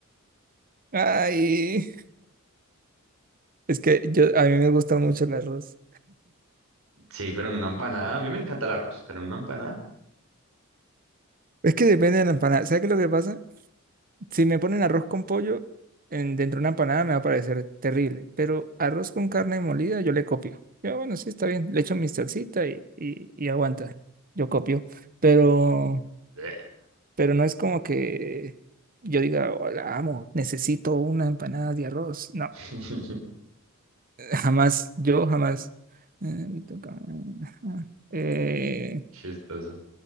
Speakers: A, on the right; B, on the right.
A: Ay, es que yo, a mí me gusta mucho el arroz.
B: Sí, pero en una empanada, a mí me encanta el arroz, pero en una empanada,
A: Es que depende de la empanada. ¿Sabes qué es lo que pasa? Si me ponen arroz con pollo en, dentro de una empanada me va a parecer terrible, pero arroz con carne molida yo le copio. Yo, bueno, sí, está bien, le echo mi salsita y, y, y aguanta, yo copio, pero,
B: bleh.
A: pero no es como que yo diga, hola, amo, necesito una empanada de arroz. No,
B: <laughs>
A: <laughs> jamás, yo jamás. Eh, me toca- ajá. Eh,
B: chistoso.